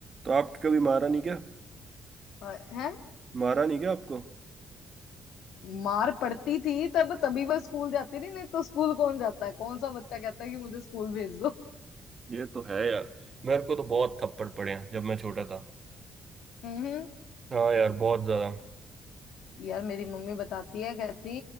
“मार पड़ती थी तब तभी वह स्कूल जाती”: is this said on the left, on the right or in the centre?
Left